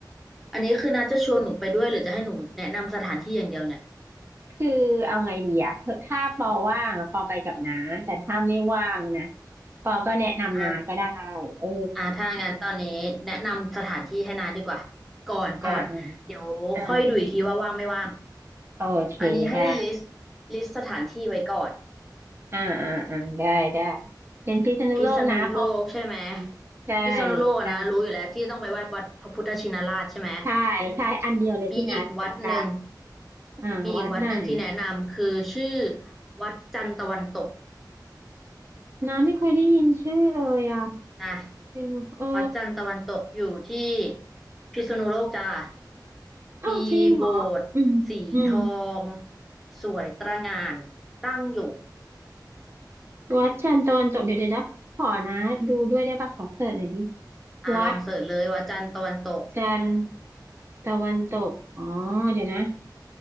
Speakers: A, in the centre; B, on the right (about 35°).
A: อันนี้คือนาจะชวนหนูไปด้วยหรือจะให้หนูแนะนำสถานที่อย่างเดียวเนี่ย
B: คือเอาไงดีอะถ้าปอว่างอะปอไปกับน้าแต่ถ้าไม่ว่างนะปอก็แนะนำน้าก็ได้
A: อ่ะ
B: เออ
A: อ่ะถ้างั้นตอนนี้แนะนำสถานที่ให้นาดีกว่าก่อนก่อนเดี๋ยวค่อยดูอีกทีว่าว่างไม่ว่าง
B: อ่าอ่าอ่าโอเคได้
A: อันนี้ให้ลิสต์ลิสต์สถานที่ไว้ก่อน
B: อ่าอ่าอ่าได้ได้เป็นพิษณุโลกนะเพราะ
A: พิษณุโลกใช่ไหม
B: อืมใช่
A: พิษณุโลกอะนะรู้อยู่แล้วที่ต้องไปไหว้วัดพระพุทธชินราชใช่ไหม
B: ใช่ใช่ใช่อันเดียวเลยที่น้าต้องการ
A: มีอีกวัดหนึ่ง
B: อ่าวัดไหนอะ
A: มีอีกวัดหนึ่งที่แนะนำคือชื่อวัดจันทร์ตะวันตก
B: น้าไม่เคยได้ยินชื่อเลยอ่ะ
A: นะ
B: เป็นเออ
A: วัดจันทร์ตะวันตกอยู่ที่พิษณุโลกจ้า
B: อ้าวจริงเหรออืมอืม
A: มีโบสถ์สีทองสวยตระหง่านตั้งอยู่
B: วัดจันทร์ตะวันตกเดี๋ยวเดี๋ยวนะขอนะดูด้วยได้ปะขอเสิร์ชหน่อยดิ
A: อ่าลองเสิร์ชเลยวัดจันทร์ตะวันตก
B: วัดจันทร์ตะวันตกอ๋อเดี๋ยวนะ